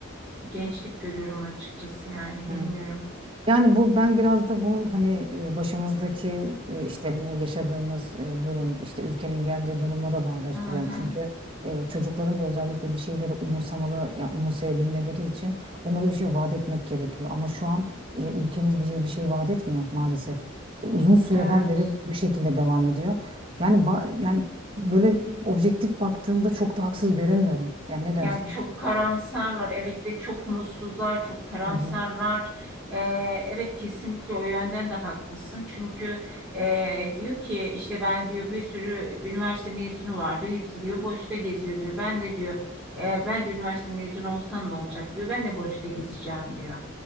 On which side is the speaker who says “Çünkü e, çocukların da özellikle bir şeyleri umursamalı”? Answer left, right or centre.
Right